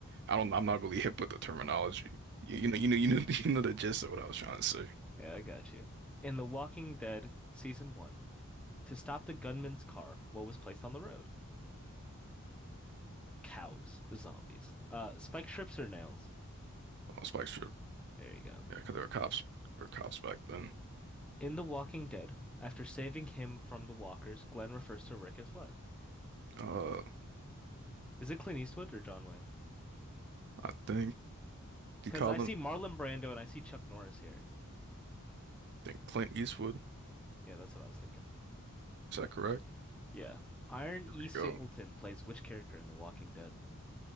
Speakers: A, on the right; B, in the centre.
A: I don't. I'm not really hip with the terminology. You, you know. You know. You know. <laughs> You know the gist of what I was trying to say.
B: Yeah, I got you. In The Walking Dead season one, to stop the gunman's car, what was placed on the road? Cows, zombies. Uh, spiked strips or nails?
A: Oh, Spike Strip.
B: There you go.
A: Yeah, because there were cops or cops back then.
B: In The Walking Dead, after saving him from the walkers, Glenn refers to Rick as what?
A: Uh,
B: Is it Clint Eastwood or John Wayne?
A: I think he
B: Because
A: called
B: I see
A: him.
B: Marlon Brando and I see Chuck Norris here.
A: I think Clint Eastwood.
B: Yeah, that's what I was thinking.
A: Is that correct?
B: Yeah. Iron
A: There
B: E.
A: we
B: Singleton
A: go.
B: plays which character in The Walking Dead?